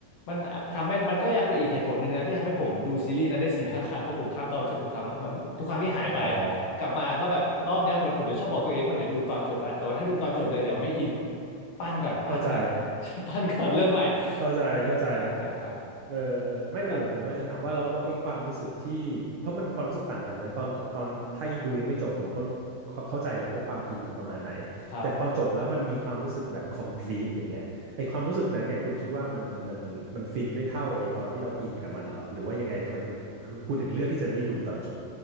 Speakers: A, on the left (about 60°); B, on the right (about 80°).
A: มันทำให้มันก็ยังเป็นอีกเหตุผลหนึ่งนะที่ทำให้ผมดูซีรีส์นั้นได้สี่ห้าครั้งเพราะผมข้ามตอนจบทุกครั้งอะมันทุกครั้งที่หายไป
B: อ๋อ
A: กลับมาก็แบบรอบเนี้ยเหมือนผมจะชอบบอกตัวเองว่าเดี๋ยวดูตอนจบแล้วแต่ว่าถ้าดูตอนจบเลยเดี๋ยวไม่อินปั้นก่อนปั้นก่อน
B: เข้าใจ
A: <laughs> ปั้นก่อนเริ่มใหม่
B: เข้าใจเข้าใจ
A: ใช่ใช่ครับ
B: เออเออไม่มันเหมือนผมกำลังจะถามว่าเราเราไอ้ความรู้สึกที่เพราะมันความรู้สึกต่างกันนะตอนตอนถ้ายังดูยังไม่จบผมก็เข้าเข้าใจแหละว่าความอินมันประมาณไหน
A: เออครับ
B: แต่พอจบแล้วมันมีความรู้สึกแบบ complete อย่างเงี้ยไอ้ความรู้สึกนั้นเนี่ยคุณคิดว่ามันมันมันฟินไม่เท่าไอ้ตอนที่เราอินกับมันเหรอหรือว่ายังไงทำไมคุณถึงคุณคุณถึงเลือกที่จะไม่ดูตอนจบ